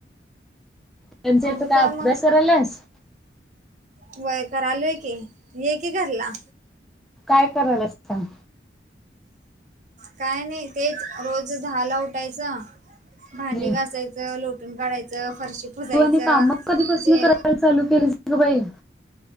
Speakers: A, in the centre; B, on the right.
A: त्यांचा
B: आणि काय
A: अभ्यास
B: म
A: करायल्यास?
B: व्हय करालोय की. ये की घरला‌.
A: काय कराल्यास सांग.
B: काय नाही तेच रोज दहाला उठायचं भांडी
A: हम्म.
B: घासायचं, लोटून काढायचं, फरशी फुसायचं
A: तू आणि काम
B: जे.
A: <unintelligible> चालू केल. अगं बाई!